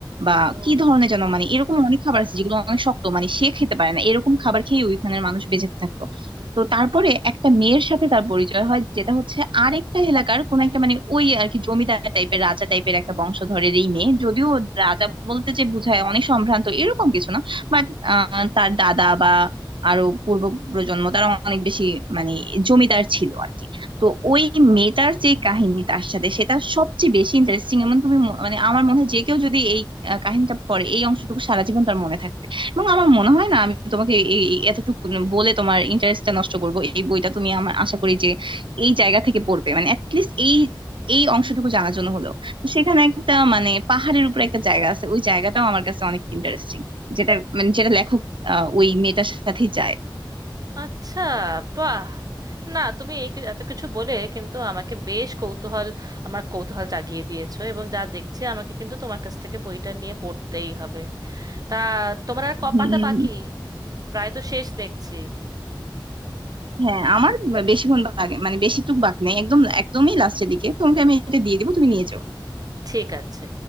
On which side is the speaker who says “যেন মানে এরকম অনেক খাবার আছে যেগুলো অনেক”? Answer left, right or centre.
Right